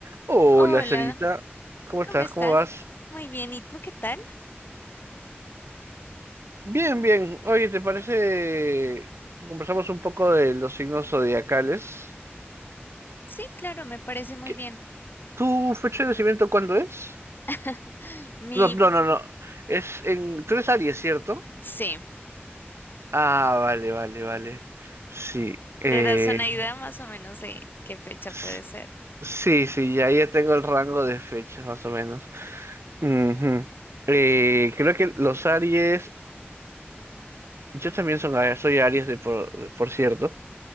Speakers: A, on the right (about 85°); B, on the left (about 50°).
A: Hola,
B: Hola,
A: Sarita. ¿Cómo
B: ¿cómo
A: estás?
B: estás?
A: ¿Cómo vas?
B: Muy bien, ¿y tú qué tal?
A: Bien, bien. Oye, ¿te parece que conversamos un poco de los signos zodiacales?
B: Sí, claro, me parece muy
A: ¿Qué-
B: bien.
A: ¿Tu fecha de nacimiento cuándo es?
B: <laughs>
A: No, no,
B: Mi,
A: no, no. Es en... Tú eres Aries, ¿cierto?
B: sí,
A: Ah, vale, vale, vale. Sí. eh,
B: ¿te das una idea más o menos de qué fecha
A: s-
B: puede ser?
A: Sí, sí, ya, ya tengo el rango de fechas, más o menos. Ujú. Eh, creo que los Aries... Yo también son, Aries- soy Aries, de por, por cierto.